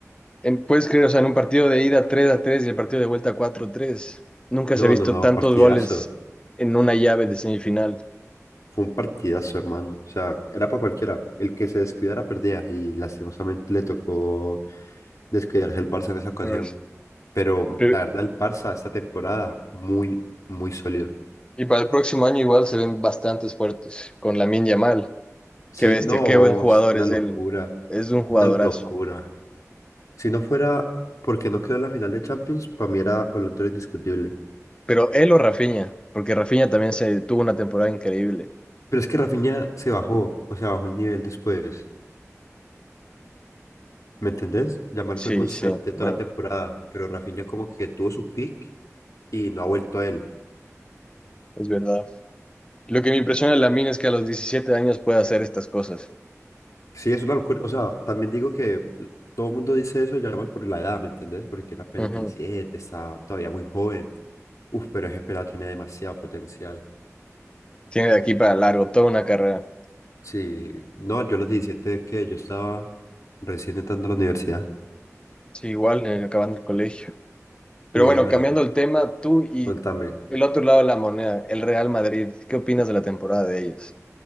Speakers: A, on the left; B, on the left.
A: en- puedes creer, o sea, en un partido de ida 3 a 3 y el partido de vuelta 4 a 3, nunca
B: No,
A: se ha visto
B: no, no,
A: tantos
B: partidazo.
A: goles en una llave de semifinal.
B: Fue un partidazo, hermano. O sea, era para cualquiera. El que se descuidara perdía y lastimosamente le tocó descuidarse el Barça en esa ocasión.
A: A ver,
B: Pero
A: pero-
B: la verdad, el Barça esta temporada muy, muy sólido.
A: y para el próximo año igual se ven bastantes fuertes con Lamine Yamal.
B: Sí,
A: Qué bestia,
B: no,
A: qué buen jugador
B: es una
A: es
B: locura,
A: él. Es un jugadorazo.
B: una locura. Si no fuera porque no quedó en la final de Champions, para mí era balón de oro indiscutible.
A: Pero él o Rafinha, porque Rafinha también se tuvo una temporada increíble.
B: Pero es que Rafinha se bajó, o sea, bajó el nivel después. ¿Me entendés? Yamal
A: Sí,
B: fue constante
A: sí,
B: toda
A: bueno,
B: la temporada, pero Rafinha como que tuvo su pick y no ha vuelto a él.
A: es verdad. Lo que me impresiona de Lamine es que a los 17 años puede hacer estas cosas.
B: Sí, es una locura. O sea, también digo que todo el mundo dice eso, ya mal por la edad, ¿me entendés? Porque tiene apenas
A: Ujú.
B: diecisiete está todavía muy joven. Uf, pero ese pelado tiene demasiado potencial.
A: Tiene de aquí para largo toda una carrera.
B: Sí, no, yo a los 17 es que yo estaba recién entrando a la universidad.
A: Sí, igual, eh, acabando el colegio. Pero
B: Y
A: bueno,
B: eh, Mari,
A: cambiando el tema, tú y
B: contame,
A: el otro lado de la moneda, el Real Madrid, ¿qué opinas de la temporada de ellos?